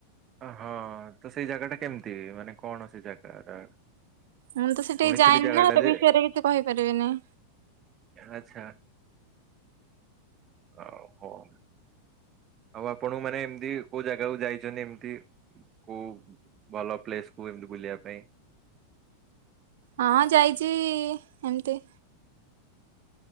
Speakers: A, on the right; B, on the right.
A: ଆ ହଁ ତ ସେଇ ଜାଗା ଟା କେମିତି ମାନେ କଣ ସେ ଜାଗା ଟା?
B: ମୁଁ ତ ସେଠିକି
A: ଶୁଣିଥିଲି
B: ଯାଇନି
A: ଜାଗା
B: ନା
A: ଟା
B: ସେ
A: ଯେ
B: ବିଷୟରେ କିଛି କହିପାରିବିନି।
A: ଆଚ୍ଛା ଆଉ ହୋଉ। ଆଉ ଆପଣଙ୍କୁ ମାନେ ଏମିତି କୋଉ ଜାଗାକୁ ଯାଇଛନ୍ତି ଏମିତି କୋଉ ଭଲ ପ୍ଲେସକୁ ଏମିତି ବୁଲିବା ପାଇଁ?
B: ହଁ ଯାଇଚି-ଇ ଏମ୍ତି।